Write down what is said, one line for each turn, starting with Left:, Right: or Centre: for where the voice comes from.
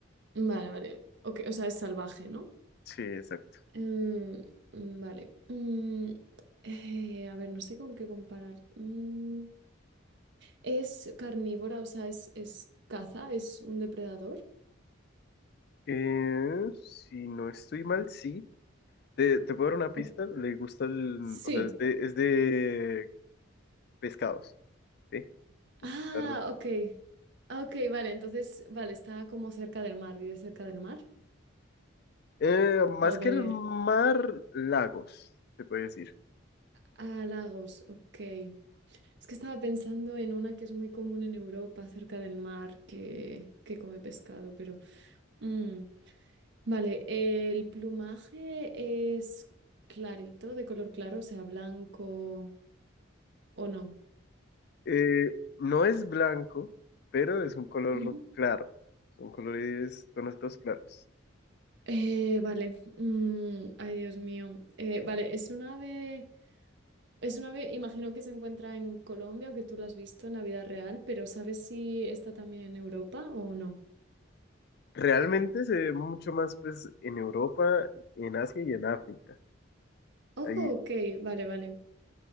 Right: Vale, vale. Ok, o sea, es salvaje, ¿no?
Left: sí, exacto.
Right: Em, mm, vale. Mm, eh, a ver, no sé con qué comparar. Mm, es carnívora, o sea, es, es caza, es un depredador.
Left: Eh, si no estoy mal, sí. Te, te puedo dar una pista.
Right: O-
Left: Le gusta el.
Right: sí.
Left: O sea, es de, es de pescados. Sí. De
Right: Ah,
Left: cazar.
Right: ok. Ah, Ok, vale, entonces, vale, está como cerca del mar, vive cerca del mar.
Left: Eh, más
Right: O de...
Left: que el mar, lagos, se puede decir.
Right: Ah, lagos, ok. Es que estaba pensando en una que es muy común en Europa, cerca del mar, que, que come pescado, pero... mm. Vale, el plumaje es clarito, de color claro, o sea, blanco o no.
Left: Eh, no es blanco, pero es un color
Right: Ujú.
Left: claro. Son colores, tonos todos claros.
Right: Eh, vale, mm, ay Dios mío. Eh, vale, es un ave, es un ave, imagino que se encuentra en Colombia o que tú lo has visto en la vida real, pero ¿sabes si está también en Europa o no?
Left: Realmente se ve mucho más pues en Europa, en Asia y en África.
Right: Oh,
Left: Hay
Right: ok, vale, vale.